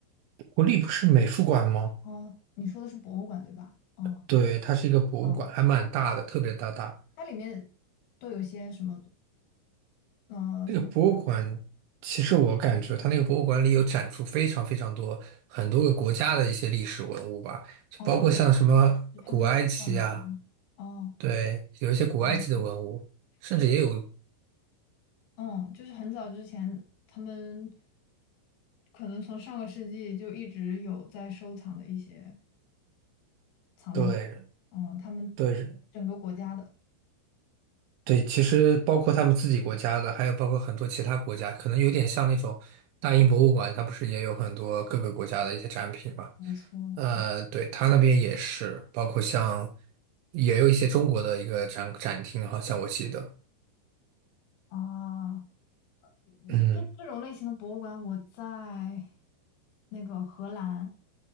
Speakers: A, on the right; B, on the left.
A: 国立不是美术馆吗？
B: 哦，你说的是博物馆对吧？哦
A: 对，它是一个博物馆，
B: 哦，
A: 还蛮大的，特别大大。
B: 它里面都有些什么呃什么？
A: 那个博物馆，其实我感觉它那个博物馆里有展出非常非常多很多个国家的一些历史文物吧，就包括像什么古埃及啊，
B: 哦。就他们的馆藏。哦，
A: 对，有一些古埃及的文物，
B: 嗯，
A: 甚至也有，
B: 就是嗯，就是很早之前，他们可能从上个世纪就一直有在收藏的一些藏品。
A: 对
B: 嗯，他们
A: 对
B: 整个国家的，
A: 对，其实包括他们自己国家的，还有包括很多其他国家，可能有点像那种大英博物馆，它不是也有很多各个国家的一些展品嘛？
B: 没错。
A: 呃，对，他那边也是，包括像也有一些中国的一个展展厅，好像我记得。
B: 啊，这这种类型的博物馆，
A: 嗯，
B: 我在那个荷兰，